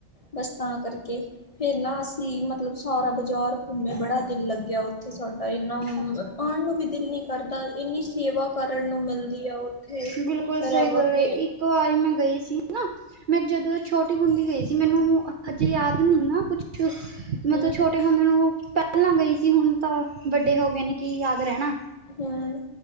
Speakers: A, on the left; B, on the right.
A: ਬਸ ਤਾਂ ਕਰਕੇ ਫੇਿਰ ਨਾ ਅਸੀਂ ਮਤਲਬ ਸਾਰਾ ਬਾਜ਼ਾਰ ਘੁੰਮੇ ਬੜਾ ਦਿਲ ਲੱਗਿਆ ਉਥੇ ਥ ਸਾਡਾ ਇੰਨਾ
B: ਅੱਛਾ
A: ਆਉਣ ਨੂੰ ਵੀ ਦਿਲ ਨ ਕਰਦਾ ਇੰਨੀ ਸੇਵਾ ਕਰਨ ਨੂੰ ਮਿਲਦੀ ਹੈ ਉਹ
B: ਬਿਲਕੁਲ ਸਹੀ
A: ਰੱਬ
B: ਗੱਲ
A: ਅੱਗੇ
B: ਏ ਇੱਕ ਵਾਰੀ ਮੈਂ ਗਈ ਸੀ ਨਾ ਮੈਂ ਜਦੋਂ ਛੋਟੀ ਹੁੰਦੀ ਗਈ ਸੀ ਮੈਨੂੰ ਹਜੇ ਯਾਦ ਨ ਨਾ ਕੁਛ
A: ਹੂੰ-ਹੂੰ-ਹੂੰ
B: ਮਤਲਬ ਛੋਟੇ ਹੁੰਦੇ ਮੈਨੂੰ ਪਹਿਲਾਂ ਗਈ ਸੀ ਹੁਣ ਤਾਂ ਵੱਡੇ ਹੋ ਗਏ ਨੇ ਕੀ ਯਾਦ ਰਹਿਣਾ
A: ਹਮ